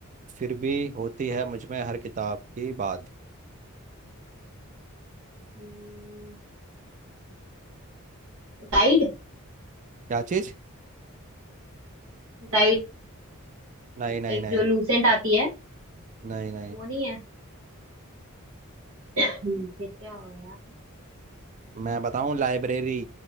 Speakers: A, on the right (about 35°); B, on the right (about 80°).
A: फिर भी होती है मुझ में हर किताब की बात
B: हम्म, गाइड
A: क्या चीज
B: गाइड
A: नहीं नहीं
B: एक
A: नहीं
B: जो लूसेंट आती है
A: नहीं नहीं
B: वो नहीं है हम्म, फिर क्या हुआ
A: मैं बताऊँ लाइब्रेरी